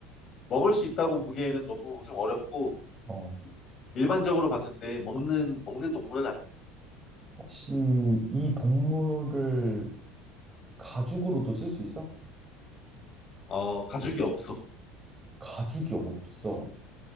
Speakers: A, on the left; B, on the right.
A: 먹을 수 있다고 보기에는 너무 좀 어렵고,
B: 어.
A: 음. 일반적으로 봤을 때 먹는, 먹는 동물은 아니야.
B: 혹시 이 동물을 가죽으로도 쓸 수 있어?
A: 어, 가죽이 없어.
B: 가죽이 없어.